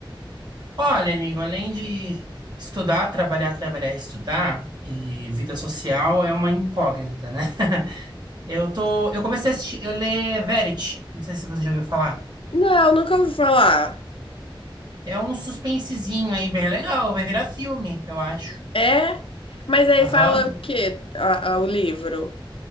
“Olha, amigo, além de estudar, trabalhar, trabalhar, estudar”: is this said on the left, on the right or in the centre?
Right